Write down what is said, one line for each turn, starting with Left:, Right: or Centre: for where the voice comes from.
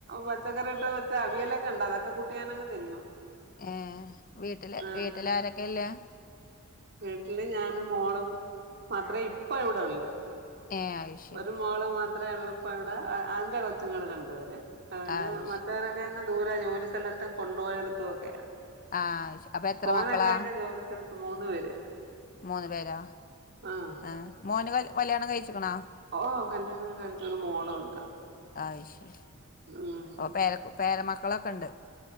Right: പച്ചക്കറിട്ട് വച്ച അവിയലൊക്കെയുണ്ട് അതൊക്കെ കൂട്ടി ഞാനങ്ങ് തിന്നും
Left: ഏ വീട്ടില്
Right: ആഹ്
Left: വീട്ടില് ആരൊക്കെ ഉള്ളെ
Right: വീട്ടില് ഞാനും മോളും മാത്രേ ഇപ്പ ഇവിടെ ഒള്ളു
Left: ഏ അത് ശരി
Right: ഒരു മകള് മാത്രേ ഉള്ളപ്പോ അവിടെ അതിന്റെ കൊച്ചുങ്ങൾ രണ്ട് പേര് പിന്നെ
Left: അത്
Right: മറ്റവരൊക്കെ
Left: ശരി
Right: അങ്ങ് ദൂരെ ജോലി സ്ഥലത്തും കൊണ്ടുപോയടെത്തുംയൊക്കെയാ
Left: ആ അത് ശരി. അപ്പൊ എത്ര
Right: മോനൊക്കെ
Left: മക്കളാ
Right: അങ്ങ് ജോലിസ്ഥലത്ത് മൂന്ന് പേരും
Left: മൂന്ന് പേരോ
Right: ആഹ്
Left: ആ മോന് <inaudible> കല്യാണം കഴിച്ചിക്കണ
Right: ഓ കല്യാണകഴിച്ചൊരു മോളുണ്ട്
Left: അത് ശരി
Right: ഉം.
Left: അപ്പൊ പേര പേരമക്കളൊക്കെ ഉണ്ട്.